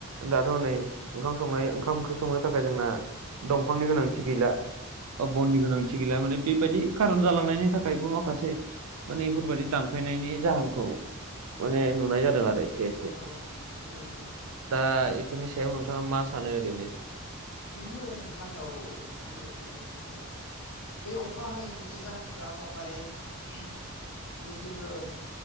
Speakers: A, on the right; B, on the left.
A: दाथ' नै ओंखाम संनाय ओंखाम ओंख्रि संनो थाखाय जोंना दंफांनि गोनांथि गैला बननि गोनांथि गैला माने बेबायदि खारन जालांनायनि थाखायबो माखासे माने बेफोरबायदि दानफायनायनि जाहोनखौ
B: नंगौ
A: माने नुनाय जादों आरो एसे एसे
B: औ नंगौ नंगौ
A: दा इफोरनि सायाव नोंथाङा मा सानो ओरैनो
B: बेनो नोंथां औ नोंथाङा जेरैबादि बुंनाय बायदिनो माने बे अखा हायैनि जाहोनफोरा जाबाय माने जोङो